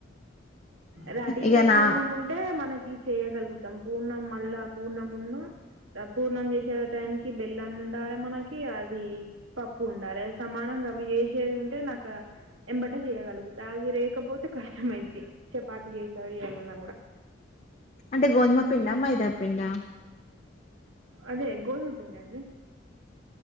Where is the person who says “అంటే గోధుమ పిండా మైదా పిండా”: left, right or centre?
Left